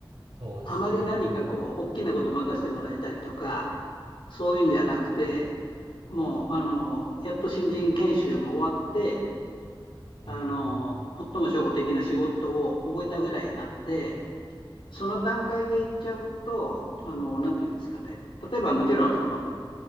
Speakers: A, on the right; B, on the left.
A: そうですね。
B: あまり何かこう大きなこと任せてもらえたりとかそういうんじゃなくてもうあのやっと新人研修も終わって
A: うん。
B: あの最も初歩的な仕事を覚えたぐらいなんでその段階でいっちゃうと、あの、なんていうんですかね、例えばもちろんその